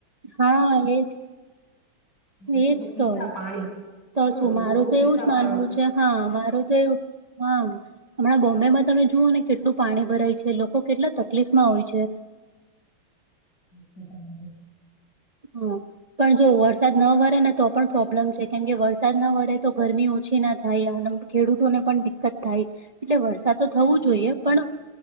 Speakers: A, on the right; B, on the left.
A: હા એજ
B: લોકો
A: એજ
B: પીતા
A: તો
B: પાણી
A: તો
B: હમ
A: શું મારું
B: લોકો
A: તો
B: પીતા
A: એવું જ માનવું
B: પાણી
A: છે. હા મારું તો એવું હા હમણાંોમ્બેમાં તમે જુઓ ને કેટલું પાણી ભરાય છે લોકો કેટલા તકલીફમાં હોય છે.
B: તમા
A: હા પણ જો વરસાદ ન વરે ને તો પણ પ્રોબ્લેમ છે કેમ કે વરસાદના વરે તો ગરમી ઓછી ના થાય આ ખેડૂતોને પણ દિક્કત થાય. એટલે વરસાદ તો થવું જોઈએ પણ